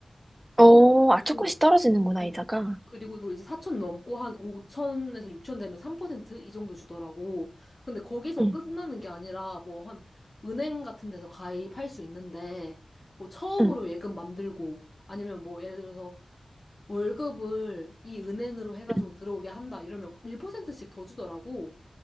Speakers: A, on the right (about 15°); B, on the left (about 35°).
A: 어,
B: 주고,
A: 아, 조금씩 떨어지는구나,
B: 음.
A: 이자가.
B: 그리고 또 이제 4천 넘고 한 5천에서 6천 되면 3%이 정도 주더라고. 근데 거기서
A: 응,
B: 끝나는 게 아니라 뭐 한 은행 같은 데서 가입할 수 있는데, 뭐 처음으로
A: 응,
B: 예금 만들고, 아니면 뭐 예를 들어서 월급을 이 은행으로 해가지고
A: 응.
B: 들어오게 한다 이러면 1%씩 더 주더라고.